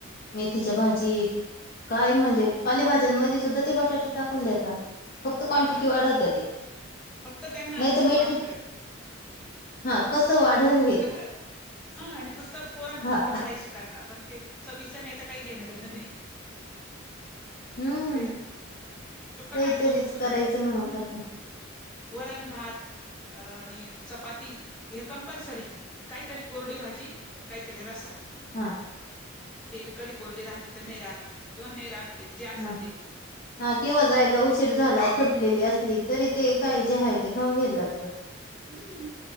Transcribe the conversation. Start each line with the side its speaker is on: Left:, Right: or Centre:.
Left: मेथीच्या
Centre: हा
Left: भाजीत काय म्हणजे
Centre: हा
Left: पालेभाज्यांमध्ये सुद्धा ते बटाटे टाकून देतात फक्त क्वांटिटी
Centre: हा ना
Left: वाढवत ते
Centre: फक्त त्यांना
Left: नाही
Centre: म्हणजे
Left: तर मेथी
Centre: वाढलं
Left: हा कसं वाढल हे
Centre: <unintelligible> हा फक्त पोरांचा
Left: हा
Centre: पोट भरायशी करता आपण ते चविचं आणि याचं काही घेणं देणं नाही..
Left: हम्म
Centre: ते तो कटाळतो
Left: काहीतरीच
Centre: म्हणतो हम्म.
Left: करायचं म्हणून करता
Centre: वरण भात आणि चपाती हे कंपल्सरी काहीतरी कोरडी भाजी काहीतरी रसा.
Left: हा
Centre: ते बी कधी कोरडी राहते तर नाही राहत किंवा नाही राहत ते जे असल
Left: ह हा किंव्हा जायला उशीर संपलेली असली तरी ते काही जे आहे ते खाऊन घ्यायला लागतं.
Centre: हम्म.